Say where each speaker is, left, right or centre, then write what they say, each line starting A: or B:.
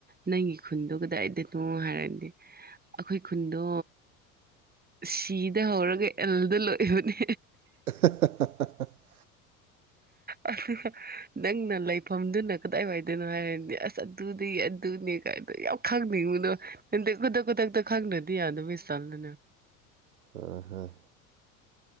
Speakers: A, on the right; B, on the right.
A: ꯅꯪꯒꯤ ꯈꯨꯟꯗꯣ ꯀꯗꯥꯏꯗꯅꯣ ꯍꯥꯏꯔꯗꯤ ꯑꯩꯈꯣꯏ ꯈꯨꯟꯗꯣ ꯁꯤꯗ ꯍꯧꯔꯒ ꯑꯦꯜꯗ ꯂꯣꯏꯏꯕꯅꯦ
B: <unintelligible> <unintelligible>
A: ꯑ ꯑꯗꯨꯒ ꯅꯪꯅ ꯂꯩꯐꯝꯗꯨꯅ ꯀꯗꯥꯏ ꯋꯥꯏꯗꯣꯏꯅꯣ ꯍꯥꯏꯔꯗꯤ ꯑꯁ ꯑꯗꯨꯗꯤ ꯑꯗꯨꯅꯤ ꯀꯥꯏꯗꯣ ꯌꯥꯝ ꯈꯪꯅꯤꯉꯅꯣ ꯈꯨꯗꯛ ꯈꯨꯗꯛꯇ ꯈꯪꯅꯗꯤ ꯌꯥꯗ ꯁꯜꯗꯅ
B: ꯍꯣꯏ ꯍꯣꯏ